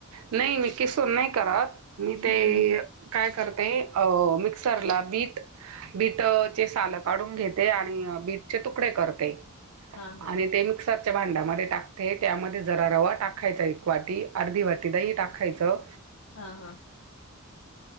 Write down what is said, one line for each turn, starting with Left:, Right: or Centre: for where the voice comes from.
Right: नाही मी किसून नाही करत मी ते
Left: हम्म
Right: काय करते अ मिक्सर ला बीट बीटचे सालं काढून घेते आणि बीटचे तुकडे करते
Left: हा
Right: आणि
Left: हा
Right: ते मिक्सर च्या भांड्यामध्ये टाकते त्यामध्ये जरा रवा टाकायचा एक वाटी अर्धी वाटी दही टाकायचं
Left: हा हा.